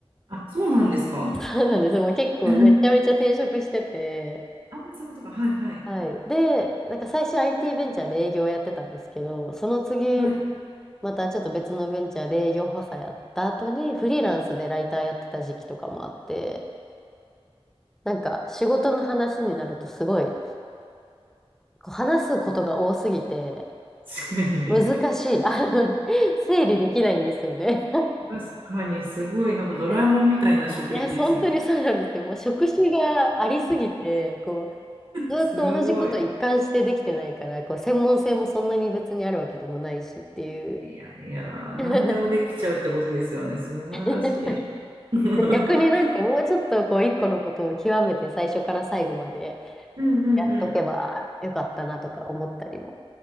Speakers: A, on the right (about 55°); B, in the centre.
A: あ、そうなんですか
B: <laughs> そうなんですよ。もう結構めちゃめちゃ転職してて、
A: <laughs> あ、そういうことか。はいはい。
B: はい。で、なんか最初 IT ベンチャーで営業をやってたんですけど、その次、
A: はい。
B: またちょっと別のベンチャーで営業補佐やった後に、フリーランスでライターやってた時期とかもあって、なんか仕事の話になるとすごい、こう話すことが多すぎて、
A: 確かに。
B: 難しい。あの <laughs> 整理できないんですよね。
A: 確かに、すごい、なんかドラえもんみたいな職歴ですね。
B: <laughs> いや、本当にそうなんですよ。もう職種がありすぎて、こう、ずっと同じこと一貫してできてないから、
A: すごい。
B: こう、専門性もそんなに別にあるわけでもないしっていう。
A: いやいや、
B: <laughs>
A: 何でもできちゃうってことですよね。素晴らしい。
B: <laughs>
A: <laughs> うん
B: 逆になんかもうちょっとこう一個のことを極めて最初から最後まで
A: うんう
B: やっとけばよかったなとか思ったりも
A: ん。